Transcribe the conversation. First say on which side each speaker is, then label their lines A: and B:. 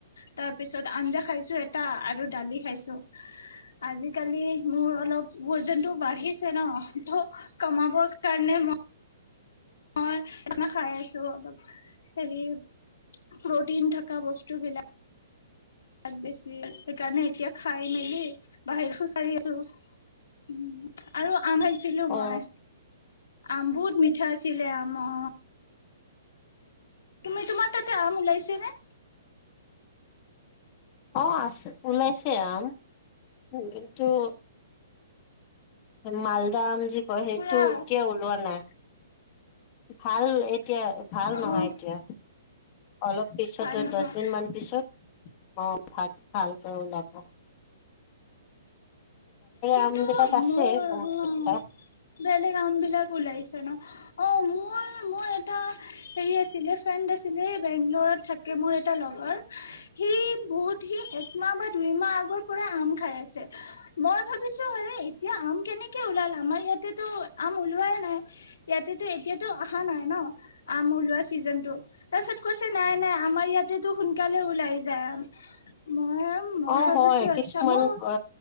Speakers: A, on the left; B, on the left.
A: তাৰ পিছত আঞ্জা খাইছো এটা আৰু দালি খাইছো আজিকালি মোৰত অলপ ভোজনটো বাঢ়িছে ন তু কমাব তাৰ কাৰণে মই মই স খাই আছো অলপ হেৰি প্ৰটিন থকা বস্তু বিলাক। তাত বেছি সেইকাৰণে এতিয়া খাই মেলি বাহিৰত খুজকাঢ়ি আছো উ আৰু আমাৰ ছিলো
B: অ
A: মই আম বহুত মিঠা আছিলে আম অ। তুমি তোমাৰ তাতে আম ওলাইছেনে?
B: অ আছে ওলাইছে। চে আম <unintelligible> মালদাম যি হয় সেইটো
A: পুৰা
B: এতিয়া ওলোৱা নাই। ভাল এই এতিয়া ভাল নহয়
A: অ
B: এতিয়া অলপ পিছত
A: ভাল নহয়
B: দচ দিন মান পিছত অ ভাল ভালকৈ ওলব।
A: কিন্তু
B: আম বিলাক আছে
A: মোৰ
B: বহুত
A: অ
B: কেইটা
A: বেলেগ আম বিলাক ওলাই ন অ মোৰ মোৰ এটা হেৰি আছিলে ফ্ৰেণ্ড আছিলে বেংগলৰত থাক মোৰ এটা লগৰ সি বহুত সি একমাহ বা দুই মাহ আগৰ পৰা আম খাই আছে। মই ভাবিছো হৰে এতিয়া আম কেনেকে ওলাল আমাৰ ইয়াতেতো আম ওলোৱাই নাই ইয়াতেতো এতিয়াতো অহা নাই ন আম ওলোৱা ছিজন টো। তাৰপিছত কৈছে নাই নাই আমাৰ ইয়াতেতো সোনকালে ওলাই যায় মইম মই
B: অ
A: ভাবিছো
B: হয়
A: আচ্ছা
B: কিছুমান
A: মই
B: অ